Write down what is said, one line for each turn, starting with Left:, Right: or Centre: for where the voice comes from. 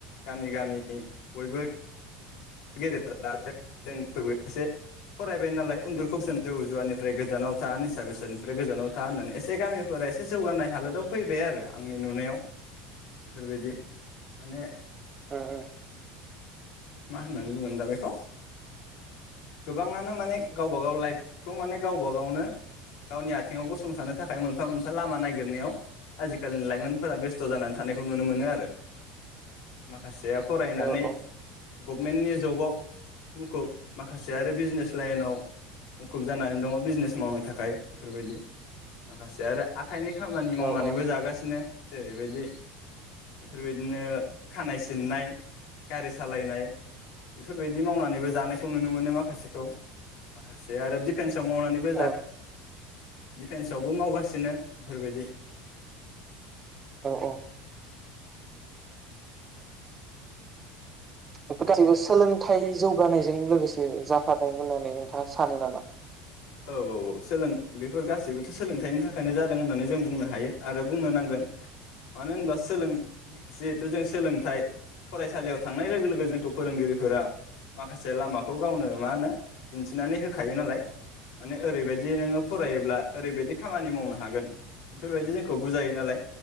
Left: गामि गामि बयबो गेदेरफोरा जोंफोरबो इसे फरायबाय नालाय उन्दुखौसोन जौ जुवानिफ्राय गोजानाव था निसा बेसादनिफ्राय गोजानाव था होननानै एसे गामिफोरा एसे जौगानाय हालोदाव फैबाय आरो आंनि नुनायाव बेफोरबायदि माने
Right: ओ ओ
Left: मा होननानै बुंगोन दा बेखौ गोबांङानो माने गावबा गाव लाइफखौ माने गावबा गावनो गावनि आथिंङाव गसंथानो थाखाय मोनफा मोनफा लामा नागिरनायाव आजिखालिनि लाइमोनफोरा बेस्थ' जानानै थानायखौ नुनो मोनो आरो माखासेया फरायनानै
Right: औ औ
Left: गभमेन्टनि जब व मुखुब माखासे आरो बिजनेस लाइनाव मुखुब जानानै दंङ बिजनेस मावनो थाखाय बेफोरबायदि माखासे आरो आ खायनो खामानि मावनानैबो
Right: औ
Left: जागासिनो। जेरैबायदि बेफोरबायदिनो खानाय सिननाय गारि सालायनाय इफोरबायदि मावनानैबो जानायखौ नुनो मोनो माखासेखौ माखासे आरो दिफेन्स आव मावनानैबो जा
Right: औ
Left: दिफेन्सआवबो मावगासिनो इफोरबायदि
Right: औ बेफोर गासैबो सोलोंथाइ जौगानायजों लोगोसे जाफानाय होननानै नोंथांङा सानो नामा?
Left: औ औ औ सोलों बेफोर गासैबोथ' सोलोंथाइनि थाखायनो जादों होननानै जों बुंनो हायो आरो बुंनो नांगोन मानो होनबा सोलों जिहेथु जों सोलोंथाइ फरायसालियाव थांनाय लोगो लोगो जोंखौ फोरोंगिरिफोरा माखासे लामाखौ गावनो मा होनो दिन्थिनानै होखायो नालाय। माने ओरैबायदि नोंङो फरायोब्ला ओरैबायदि खामानि मावनो हागोन बेफोरबायदि जोंखौ बुजायो नालाय